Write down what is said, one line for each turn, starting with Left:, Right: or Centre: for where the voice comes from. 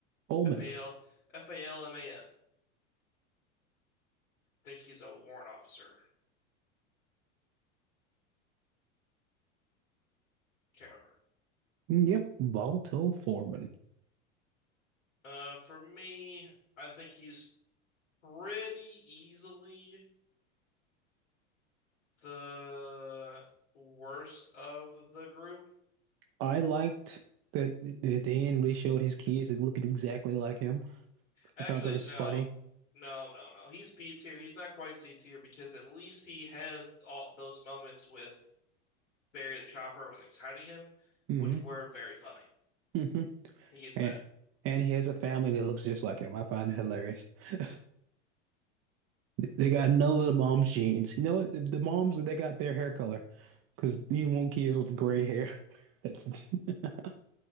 Right: Omen.
Left: F A L F A L M A N. think he's a warrant officer. Can't remember.
Right: Yep, Balto Foreman.
Left: Uh, for me, I think he's pretty easily the worst of the group.
Right: I liked that that Dan really showed his kids that looked exactly like him.
Left: Actually,
Right: I thought that was
Left: no.
Right: funny.
Left: No, no, no. He's B tier. He's not quite C tier because at least he has all those moments with Barry the Chopper when he's hiding him,
Right: hmm
Left: which were very funny.
Right: hmm
Left: He gets
Right: And
Left: that.
Right: and he has a family that looks just like him. I find it hilarious. <laughs> They got none of the mom's genes. You know what? The, the moms they got their hair color because you want kids with gray hair. <laughs>